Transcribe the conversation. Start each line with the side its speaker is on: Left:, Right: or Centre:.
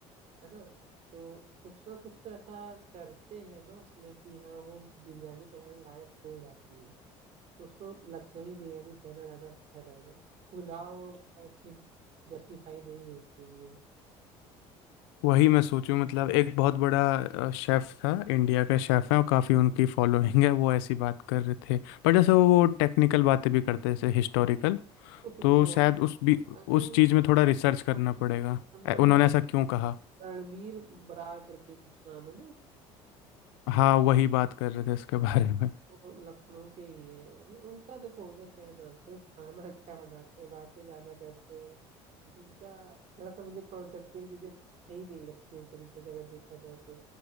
Right: है ना तो कुछ ना कुछ तो ऐसा करते हैं ना उसमें कि हाँ वो बिरयानी कहलाने लायक हो जाती है तो उसको लखनवी बिरयानी कहना ज्यादा अच्छा रहेगा पुलाव आई थिंक जस्टिफाई नहीं है इसके लिए
Left: वही मैं सोचूं मतलब एक बहुत बड़ा शेफ था इंडिया का शेफ है और काफ़ी उनकी फॉलोइंग है वो ऐसी बात कर रहे थे पर जैसे वो वो टेक्निकल बातें भी करते हैं जैसे हिस्टोरिकल
Right: ओके
Left: तो
Right: वो
Left: शायद उस भी
Right: आई
Left: उस
Right: थिंक
Left: चीज़ में थोड़ा
Right: उसका
Left: रिसर्च करना
Right: नाम
Left: पड़ेगा
Right: उसका नाम
Left: ए- उन्होंने
Right: है
Left: ऐसा क्यों कहा
Right: रणबीर बरार करके कुछ नाम है ना
Left: हाँ वही बात कर रहे थे इसके बारे में
Right: वो लखनऊ के ही है न- उनका देखो उनका क्या है ना जो खाना <laughs> अच्छा बनाते हैं बातें ज्यादा करते हैं उनका थोड़ा सा मुझे कॉन्सेप्चुअल चीजें सही नहीं लगती एक तरीके से अगर देखा जाए तो